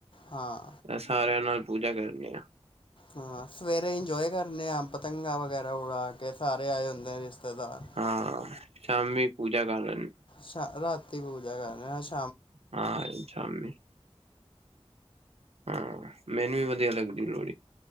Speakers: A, on the left; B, on the right.
A: ਹਾਂ
B: ਸਾਰਿਆਂ ਨਾਲ ਪੂਜਾ ਕਰਨੀ ਆ
A: ਹਾਂ ਸਵੇਰੇ ਇੰਜੋਏ ਕਰਨੇ ਆ ਪਤੰਗਾਂ ਵਗੈਰਾ ਹੋਾ ਕੇ ਸਾਰੇ ਆਏ ਹੁੰਦੇ ਰਿਸ਼ਤੇਦਾਰ।
B: ਹਾਂ ਸ਼ਾਮੀ ਪੂਜਾ ਕਾਲ
A: ਸ਼ ਰਾਤ, ਬਹੁ ਜਗਾ <unintelligible>
B: ਹਾਂ ਸ਼ਾਮੀ, ਹਾਂ ਮੈਨੂੰ ਵੀ ਵਧੀਆ ਲੱਗਦੀ ਐ ਲੋੜੀ,